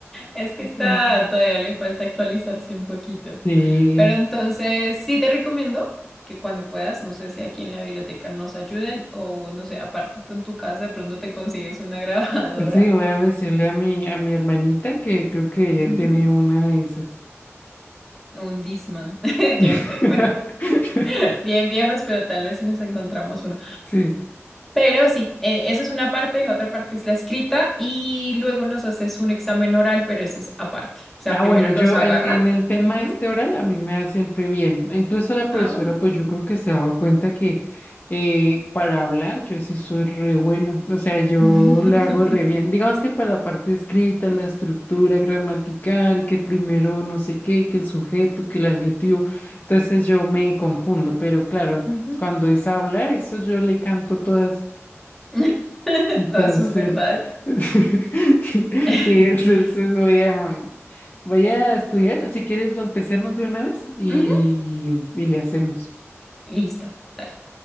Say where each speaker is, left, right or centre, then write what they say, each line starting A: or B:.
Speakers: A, in the centre; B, on the left.
A: Es que está,
B: Mm.
A: todavía le falta actualizarse un poquito.
B: Sí,
A: Pero entonces, sí te recomiendo que cuando puedas, no sé si aquí en la biblioteca nos ayuden o no sé, aparte tú en tu casa de pronto te consigues una <laughs> grabadora.
B: sí, voy a decirle a mi, a mi hermanita que creo que ella
A: Ujú.
B: tiene una de esas.
A: Un Discman, <laughs>
B: <laughs>
A: ya no sé. Bueno, bien viejos, pero tal vez si nos encontramos uno.
B: Sí,
A: Pero sí, eh, esa es una parte, la otra parte es la escrita y luego nos haces un examen oral, pero ese es aparte. O sea,
B: Ah,
A: primero
B: bueno,
A: nos
B: yo
A: agarra.
B: en, en el tema
A: Ujú.
B: este oral a mí me da siempre bien. Incluso la profesora,
A: Ah, bueno.
B: pues yo creo que se ha dado cuenta que eh, para hablar yo sí soy re bueno. O sea, yo
A: <laughs>
B: le hago re bien. Digamos que para la parte escrita, la estructura gramatical, que primero no sé qué, que el sujeto, que el adjetivo. Entonces yo me confundo, pero claro,
A: Ujú.
B: cuando es hablar, eso yo le canto todas.
A: <laughs>
B: Entonces,
A: Todas sus verdades.
B: <laughs>
A: <laughs>
B: sí, entonces voy a, voy a estudiar. Si quieres, va- empecemos de una vez y,
A: Ujú.
B: y le hacemos.
A: Listo. dale.